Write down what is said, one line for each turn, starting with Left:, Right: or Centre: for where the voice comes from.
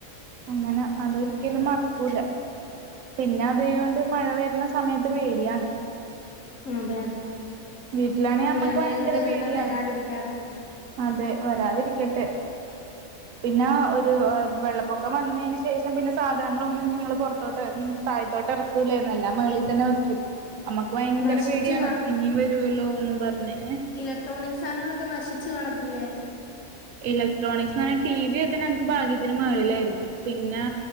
Right: അങ്ങനെ അതൊരിക്കലും മറക്കൂല. പിന്നെ അതൊണ്ട് മഴ വരുന്ന സമയത്ത് പേടിയാണ്.
Left: അതെ
Right: വീട്ടിലാണെ
Left: ഇനി
Right: അമ്മക്ക്
Left: അങ്ങനെ
Right: ഭയങ്കര
Left: ഒരു ദുരന്തം
Right: പേടിയാണ്
Left: വരാതിരിക്കട്ടെ
Right: അതെ വരാതിരിക്കട്ടെ. പിന്നെ ഒരു വെള്ളപ്പൊക്കം വന്നന് ശേഷം പിന്നെ സാധനങ്ങളൊന്നും ഞങ്ങൾ പുറത്തോട്ട് മീൻസ് താഴത്തോട്ട് ഇറക്കില്ലാരുന്നു എല്ലാം മേളിൽ തന്നെ വെക്കും നമ്മുക്ക് ഭയങ്കര
Left: നശിച്ചു
Right: പേടിയാണ് ഇനിയും വ രുവല്ലോന്നും പർഞ്ഞ് എഹ്
Left: ഇലക്ട്രോണിക്സാനങ്ങളൊക്കെ നശിച്ചു കാണത്തില്ലേ?
Right: ഇലക്ട്രോണിക്സാനം ടി വിയൊക്കെ ഞങ്ങക്ക് ഭാഗ്യത്തിന് മേളിലായിരുന്നു പിന്നാ